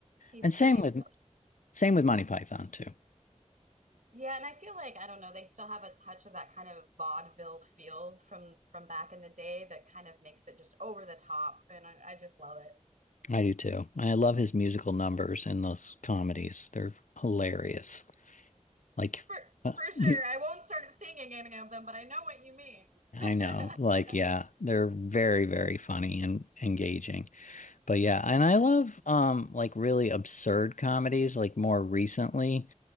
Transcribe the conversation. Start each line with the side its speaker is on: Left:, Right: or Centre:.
Right: He's
Left: And
Right: pretty
Left: same with same with Monty Python too.
Right: Yeah, and I feel like I don't know, they still have a touch of that kind of vaudeville feel from from back in the day that kind of makes it just over the top, and I, I just love it.
Left: I do too. I love his musical numbers in those comedies. They're hilarious. Like
Right: For
Left: uh,
Right: for sure.
Left: the
Right: I won't start singing any of them, but I know what you mean. <laughs>
Left: I know. Like yeah, they're very, very funny and engaging. But yeah, and I love um like really absurd comedies like more recently.